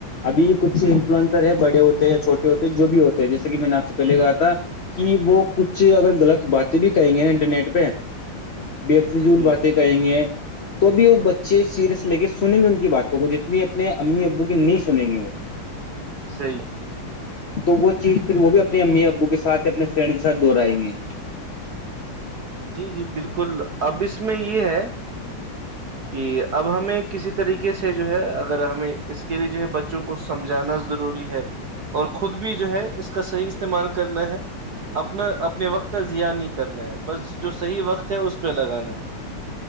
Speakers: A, on the left; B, on the right.
A: ابھی کچھ
B: جی
A: انفلئسر ہے بڑے ہوتے ہیںیا چھٹے ہوتے ہیں جو بھی ہوتے ہیں جیسے کہ میں نے آپ سے پہلے کہا تھا کہ وہ کچھ اگر غلط باتیں بھی کہیں گے نا انٹرنیٹ پہ بے فضول
B: جی
A: باتیں کریں گے تو بھی وہ بچے سیریس لے کے سنیں گے ان کی باتوں کو جتنی اپنے امی ابو کی نہیں سنیں گی وہ
B: ص <unintelligible>
A: تو وہ چیز پھر وہ بھی اپنی امی ابو کے سات اپنے فرینڈ کےاتھ دوہرائیں گے
B: جی جی بالکل اب اس میں یہ ہے کہ اب ہمیں کسی طریقے سے جو ہے اگر ہمیں اس کے لیے جو ہے بچوں کو سمجھانا ضروری ہے اور خود بھی جو ہے اس کا صحیح استعمال کرنا ہے اب اپنا اپنے وقت کا زیا نہیں کرنا ہے بس جو صحیح وقت ہے اس پہ لگانا ہے